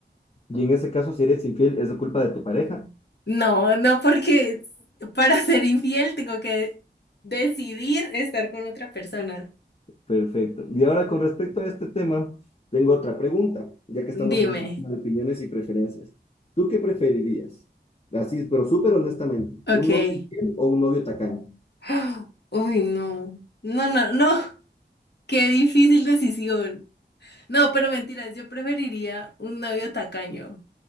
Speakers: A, on the left (about 35°); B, on the left (about 65°).
A: Y en ese caso, si eres infiel, es la culpa de tu pareja.
B: No, no porque para ser infiel tengo que decidir estar con otra persona.
A: Perfecto. Y ahora con respecto a este tema, tengo otra pregunta, ya que estamos
B: Dime.
A: en este tema de opiniones y preferencias. ¿Tú qué preferirías? Así, pero súper honestamente,
B: Ok.
A: ¿un novio infiel o un novio tacaño?
B: <gasps> Uy, no. No, no, no. Qué difícil decisión. No, pero mentiras, yo preferiría un novio tacaño